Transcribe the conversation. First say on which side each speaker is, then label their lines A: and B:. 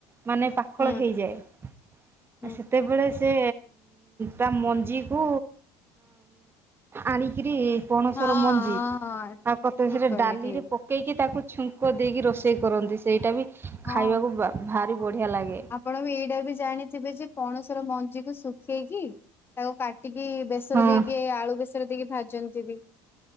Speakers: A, on the right; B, on the left.
A: ମାନେ ପାକଳ
B: ହୁଁ
A: ହୋଇଯାଏ
B: ହୁଁ
A: ଆ ସେତେବେଳେ ସେ ସେ ତା ମଞ୍ଜିକୁ ଆଣିକିରି ପଣସ
B: ହଁ
A: ର ମଞ୍ଜି
B: ହଁ
A: ଆଉ କତ
B: ଠିକ
A: ସେଟା
B: କହିଲେ
A: ଡାଲିରେ
B: ଠିକ
A: ପ ପକେଇକି ତାକୁ ଛୁଙ୍କ ଦେଇକି ରୋଷେଇ କରନ୍ତି ସେଇଟା ବି
B: ହଁ
A: ଖାଇବାକୁ ଭାରି ବଢ଼ିଆ ଲାଗେ।
B: ଆପଣ ବି ଏଇଟା ବି ଜାଣିଥିବେ ଯେ ପଣସ ର ମଞ୍ଜିକୁ ଶୁଖେଇକି ତାକୁ କାଟିକି ବେସର
A: ହଁ।
B: ଦେଇକି ଆଳୁ ବେସ ସର ଦେଇକି ଭାଜନ୍ତି ବି।